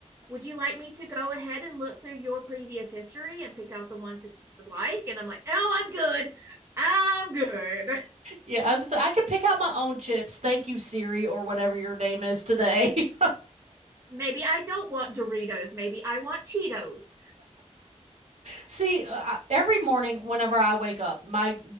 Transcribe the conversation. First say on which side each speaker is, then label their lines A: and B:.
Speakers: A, on the right; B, on the right.
A: Would you like me to go ahead and look through your previous history and pick out the ones that you would like? And I'm like, oh, I'm good. I'm good.
B: Yeah, I was just, I could pick out my own chips. Thank you, Siri, or whatever your name is today. <laughs>
A: <laughs> Maybe I don't want Doritos. Maybe I want Cheetos.
B: See, uh, every morning whenever I wake up, my